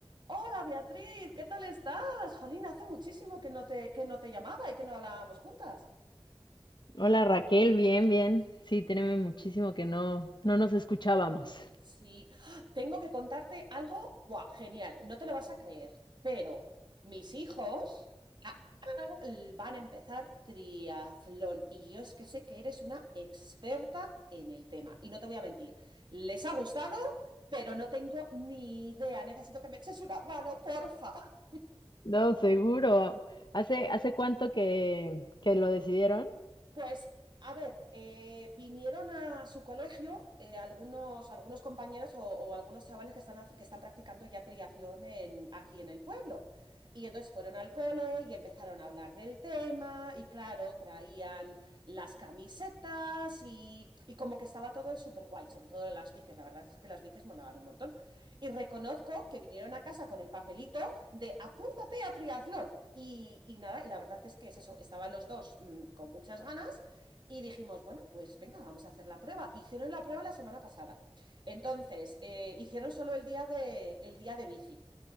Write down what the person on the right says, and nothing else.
Hola Beatriz, ¿qué tal estás? Jolín, hace muchísimo que no te, que no te llamaba y que no hablábamos juntas.
Sí, ¡ah! tengo que contarte algo, ¡buah, genial! No te lo vas a creer, pero mis hijos ah, van a empezar triatlón y yo es que sé que eres una experta en el tema y no te voy a mentir, les ha gustado, pero no tengo ni idea, necesito que me eches una mano, porfa.
Pues, a ver, eh, vinieron a su colegio eh, algunos, algunos compañeros o, o algunos chavales que están, haz- que están practicando ya triatlón en, aquí en el pueblo. Y entonces fueron al cole y empezaron a hablar del tema y claro, traían las camisetas y, y como que estaba todo súper guay, sobre todo las bicis, la verdad es que las bicis molaban un montón. Y reconozco que vinieron a casa con el papelito de apúntate a triatlón. Y, y nada, y la verdad es que es eso, estaban los dos mm, con muchas ganas y dijimos, bueno, pues venga, vamos a hacer la prueba. Hicieron la prueba la semana pasada. Entonces, eh, hicieron solo el día de, el día de bici